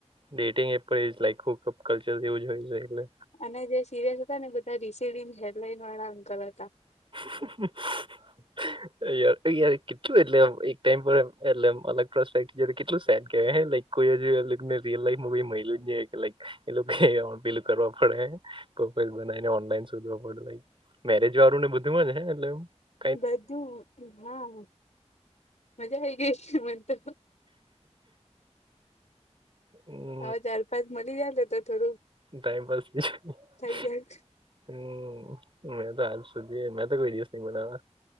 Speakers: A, on the right (about 50°); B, on the left (about 80°).
A: ડેટિંગ એપ પર ઇસ લાઈક હુ કલ્ચર જેવુંજ હોય છે એટલે.
B: અને જે સિરિયસ હતાને, એ બધા રીસીડી હેડલાઈન વાળા અંકલ હતા.
A: <inaudible> અરે યાર અ યાર કેટલું એટલે એમ, એક ટાઈમ પર એમ, એટલે એમ અલગ પ્રોસ્પેક્ટ કેટલું સેડ કેવાય હે લાઇક કોઈજને રિયલ લાઈફ મુવીલ જ ન કે, લકી એ લોકો પેલું કરવા પડે. પ્રોફાઈલ બનાવીને ઓનલાઈન શોધવા પડે લાઈક, મેરેજ વાળું ને બધું માજ હે એટલે એમ
B: બધું હા, મજા આઈ ગઈસ મનતો.
A: હમ્મ
B: હ ચાર, પાંચ મળી જાયન તો થોડુંક
A: ટાઈમ પાાસ <unintelligible>
B: થઈ જાય
A: હમ્મ, મેં તો આજ સુધી મે તો કોઈ દિવસ નહી બનાવા.